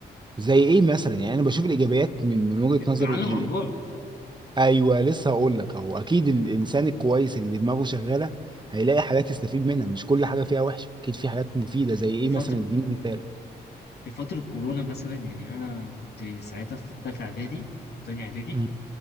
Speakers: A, on the right; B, on the left.
A: زي ايه مثلا يعني انا بشوف الايجابيات من من وجهة
B: التعلم
A: نظري ال...
B: عن
A: ال-
B: بعد
A: ايوه لسه هقول لك اهو اكيد الانسان الكويس اللي دماغه شغاله هيلاقي حاجات يستفيد منها مش كل حاجه فيها وحشه اكيد في حاجات مفيده زي ايه
B: في فتره
A: مثلا اديني مثال
B: في فتره كورونا مثلا يعني انا كنت ساعتها في ثالثه اعدادي تانية اعدادي
A: مم.